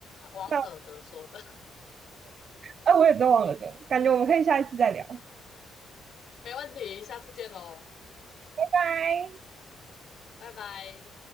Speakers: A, on the left; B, on the right.
A: 王尔德说的，
B: 那
A: <laughs>
B: 哎、呃我也都忘了的，感觉我们可以下一次再聊，
A: 没问题，下次见喽，
B: 拜拜。
A: 拜拜。